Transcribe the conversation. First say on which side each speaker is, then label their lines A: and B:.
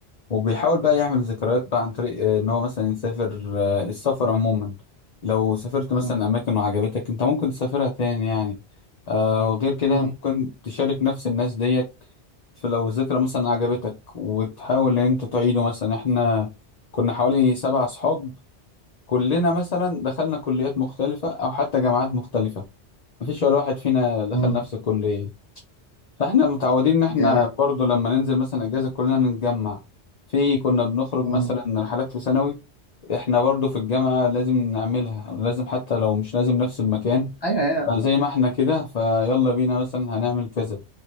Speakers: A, on the left; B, on the left.
A: وبيحاول بقى يعمل ذكريات بقى عن طريق آه، ان هو مثلا يسافر آه، السفر عموما لو سافرت
B: مم.
A: مثلا اماكن وعجبتك انت ممكن تسافرها تاني يعني آه وغير كده
B: مم.
A: ممكن تشارك نفس الناس ديت فلو ذكرى مثلا عجبتك وتحاول ان انت تعيده مثلا احنا كنا حوالي سبع اصحاب كلنا مثلا دخلنا كليات مختلفة او حتى جامعات مختلفة مفيش ولا واحد فينا دخل
B: مم.
A: نفس الكلية فاحنا متعودين ان احنا
B: جامد
A: برضو لما ننزل مثلا اجازه كلنا نتجمع في كنا بنخرج
B: مم.
A: مثلا رحلات في ثانوي احنا برضو في الجامعه لازم نعملها لازم حتى لو مش لازم نفس المكان
B: أيوه أيوه
A: فزي ما احنا كده فيلا بينا مثلا هنعمل كذا